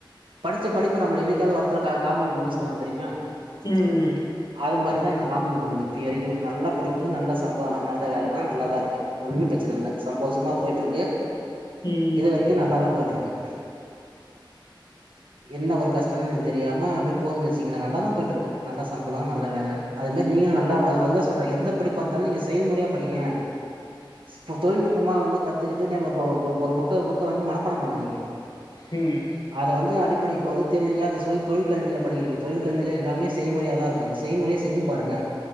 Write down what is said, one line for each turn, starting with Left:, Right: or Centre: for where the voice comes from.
Right: படிச்ச படிப்பு நம்மல என்னைக்காவது ஒரெடத்துல கா காம்பந்து பண்ணு சொல்வாங்க தெரியுமா
Left: ம்ம்
Right: அது மாரிதா என காமந்து பண்ணுது இப்ப வரைக்குமே நல்லா படிப்பு நல்ல சம்பளோ நல்ல வேலதா நல்லாதா இருக்கே ஒன்னு பிரச்சன இல்ல சந்தோஷமா போயிட் இருக்கு
Left: ம்
Right: இது வரைக் கு நல்லாதா போயிட் இருக்கு என்ன ஒரு கஷ்டமு தெரியாம அப்டி போதுன்னு வச்சிங்களே நல்லா தா போயிட்ருக்கே நல்லா சம்பளோ நல்ல வேல அது மேரி நீங்களு நல்லா அதுதா சொல்றே எந்த படிப்பா இந்தாலு நீங்க செயல்முறையா படிங்க இப்போ தொழில்நுட்பமா வந்து கத்துக்கிட்டு <unintelligible> போ போ ஒரு புக்க புக்க வந்து மனப்பாடம் பண்ணாதீங்க
Left: ம்
Right: அது வந்து அடிப்படை இப்ப வந்து தெரியலையா சொ தொழில்கல்வியில படிக்கிறீங்க தொழில்கல்வில எல்லாமே செய்முறையா தா இருக் அந்த செய்முறைய செஞ்சு பாருங்க